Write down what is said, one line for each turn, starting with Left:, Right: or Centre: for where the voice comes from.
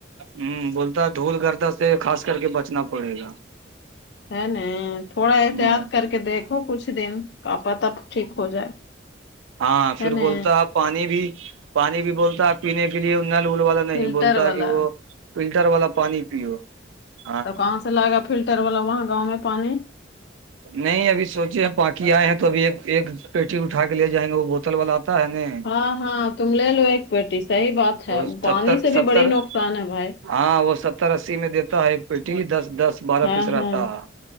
Right: ہوں بولتا دھول گردہ سے خاص کر کے بچنا پڑے گا
Left: ہے نا تھوڑا احتیاط
Right: ہ
Left: کر کے دیکھو کچھ دن کیا پتی ٹھیک ہو جائے
Right: ہاں پھر
Left: ہے ن
Right: بولتا ہے پانی بھی پانی بھی بولتا ہے پینے کے لیے نل وول والا نہیں
Left: فلٹر
Right: بولتا
Left: والا
Right: کہ وہ فلٹر والا پانی پیو ہاں
Left: تو کہاں لگا فلٹر والا وہاں گاؤں میں پانی
Right: نہیں ابھی سوچے ہیں پانکی آئے ہیں تو ابھی ایک پیٹی اٹھا کے لے جائیں گے وہ بوتل والا آتا ہے نہیں
Left: ہاں ہاں تم لے لو ایک پییٹی صحیح بات ہے
Right: اور
Left: پانی
Right: ستر
Left: سے
Right: ستر
Left: بھی بڑی نقصان ہے بھائی
Right: ہاں وہ ستر اسی میں دیتا ہے ایک پیٹی دس دس بارہ
Left: ہاں
Right: پیس رہتا
Left: ہاں
Right: ہے